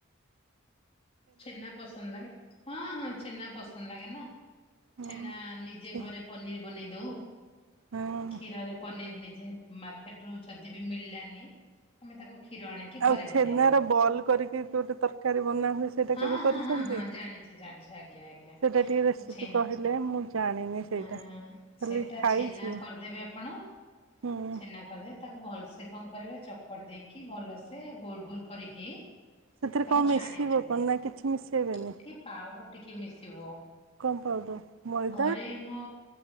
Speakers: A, on the left (about 30°); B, on the right (about 80°).
A: ଛେନା ପସନ୍ଦ ଲାଗେ ହଁ ହଁ। ଛେନା ପସନ୍ଦ ଲାଗେ ନା
B: ହଁ
A: ଛେନା ନିଜେ ଘରେ ପନିର ବନେଇ ଦଉ
B: ହଁ।
A: କ୍ଷୀରରେ ପନିର ନିଜେ ମାର୍କେଟ ରୁ ଯଦି ବି ମିଳିଲାନି ଆମେ ତାକୁ କ୍ଷୀର ଆଣିକି ଘରେ
B: ଆଉ
A: ବନେଇ
B: ଛେନା
A: ଦଉ।
B: ର ବଲ୍ କରିକି ଗୋଟେ ତରକାରୀ ବନା ହୁଏ ସେଟା
A: ହଁ
B: କେବେ କରିଛନ୍ତି
A: ହଁ ହଁ ହଁ
B: ସେଟା
A: ଜାଣିଛି ଜାଣିଛି ଆଜ୍ଞା ଆଜ୍ଞା
B: ଟିକେ ରେସିପି
A: ଛେନା
B: କହଲେ ମୁଁ ଜାଣିନି ସେଇଟା
A: ହଁ
B: ଖାଲି
A: ସେଟା
B: ଖାଇଛି
A: ଛେନା କରିଦେବେ ଆପଣ।
B: ହୁଁ।
A: ଛେନା କରିଦେବେ ତାକୁ ଭଲସେ କଣ କରିବେ ଚକଟି ଦେଇକି ଭଲସେ ଗୋଲ ଗୋଲ କରିକି
B: ସେଥିରେ
A: ତାକୁ
B: କଣ ମିଶିବ
A: ଛାଣିଦେବି
B: କଣ ନା କିଛି ମିଶେଇବେନି
A: ଟିକେ ପାଉଡର ଟିକେ ମିଶିବ।
B: କମ୍ ପାଉଡର ମଇ
A: ଘରେ ମୋ